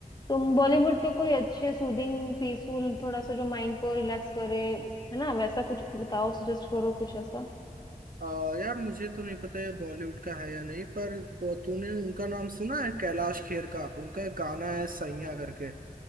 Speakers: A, on the left; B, on the right.
A: तुम बॉलीवुड के कोई अच्छे सूदिंग पीसफुल थोड़ा सा जो माइंड को रिलैक्स करे है ना वैसा कुछ बताओ सजेस्ट करो कुछ ऐसा
B: अ, यार मुझे तो नहीं पता है बॉलीवुड का है या नहीं पर वो- तूने उनका नाम सुना है कैलाश खेर का उनका एक गाना है सैया करके